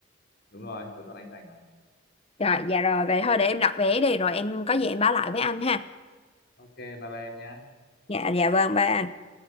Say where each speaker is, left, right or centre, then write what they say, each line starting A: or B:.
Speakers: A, on the left; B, on the left.
A: Đúng rồi, cuối tuần anh rảnh mà.
B: rồi dạ rồi vậy thôi để em đặt vé đi rồi em có gì em báo lại với anh ha
A: Ok, bye bye em nhá.
B: dạ dạ vâng bye anh